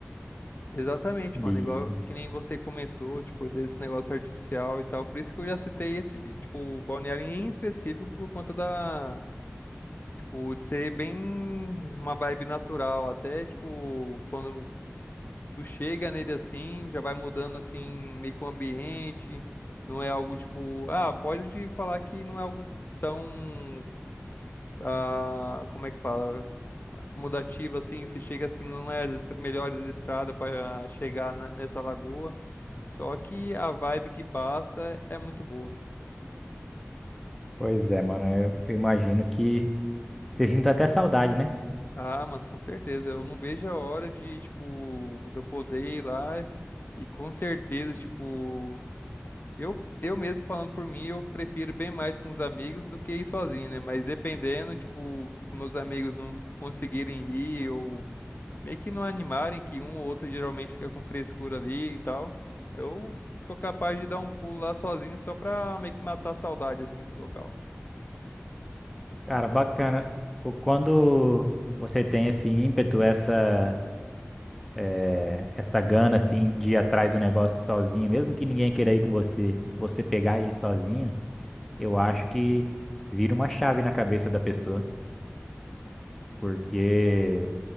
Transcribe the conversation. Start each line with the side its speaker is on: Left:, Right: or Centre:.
Left: Exatamente,
Centre: E,
Left: mano. Igual que nem você comentou, tipo, desse negócio artificial e tal. Por isso que eu já citei esse, tipo, balneário em específico por conta da, tipo, de ser bem uma vibe natural. Até, tipo, quando Tu chega nele assim, já vai mudando assim, meio que o ambiente. Não é algo tipo, ah, pode te falar que não é algo tão, ah, como é que fala? Acomodativo assim, você chega assim, não é as estra- melhores estradas para chegar na- nessa lagoa. Só que a vibe que passa é muito boa.
Centre: pois é, mano, eu, eu imagino que você sinta até saudade, né?
Left: Ah, mano, com certeza. Eu não vejo a hora de, tipo, de eu poder ir lá e com certeza, tipo. Eu, eu mesmo falando por mim, eu prefiro bem mais com os amigos do que ir sozinho, né? Mas dependendo, tipo, se meus amigos não conseguirem ir ou meio que não animarem, que um ou outro geralmente fica com frescura ali e tal, eu sou capaz de dar um pulo lá sozinho só pra meio que matar a saudade, assim, do local.
Centre: Cara, bacana. O- Quando você tem esse ímpeto, essa, eh, essa gana, assim, de ir atrás do negócio sozinho, mesmo que ninguém queira ir com você, você pegar e ir sozinho, eu acho que vira uma chave na cabeça da pessoa, porque.